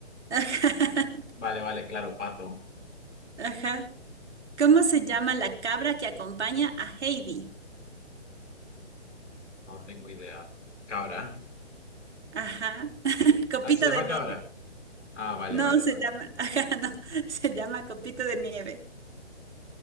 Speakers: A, on the right; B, on the left.
A: <laughs> Ajá.
B: Vale, vale, claro, Pato.
A: Ajá. ¿Cómo se llama la cabra que acompaña a Heidi?
B: No tengo idea. Cabra.
A: Ajá. <laughs> Copito
B: Ah, se llama
A: de nieve.
B: Cabra. Ah, vale,
A: No,
B: vale,
A: se
B: vale.
A: llama. <laughs> Ajá, no. Se llama Copito de nieve.